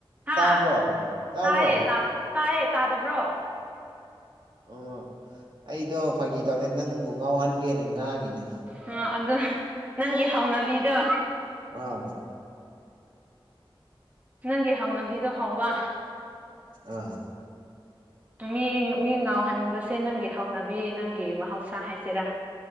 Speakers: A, on the right (about 20°); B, on the right (about 55°).
A: ꯍꯥꯥ
B: ꯇꯥꯕ꯭ꯔꯣ ꯇꯥꯕ꯭ꯔꯣ
A: ꯇꯥꯏꯌꯦ ꯇꯥ ꯇꯥꯏꯌꯦ ꯇꯥꯗꯕ꯭ꯔꯣ
B: ꯑꯣ ꯑꯩꯗꯣ ꯐꯥꯒꯤ ꯇꯧꯅꯦ ꯅꯪꯕꯨ ꯉꯥꯎꯍꯟꯒꯦꯅ ꯉꯥꯡꯉꯤꯅꯦ
A: ꯑ ꯑꯗꯨ ꯅꯪꯒꯤ ꯍꯥꯎꯅꯕꯤꯗꯣ
B: ꯑꯥ
A: ꯅꯪꯒꯤ ꯍꯥꯎꯅꯕꯤꯗꯣ ꯍꯥꯎꯕ
B: ꯑꯥ
A: ꯃꯤ ꯃꯤ ꯉꯥꯎꯍꯟꯕꯁꯦ ꯅꯪꯒꯤ ꯍꯧꯅꯕꯤ ꯅꯪꯒꯤ ꯃꯍꯧꯁꯥ ꯍꯥꯏꯁꯤꯔꯥ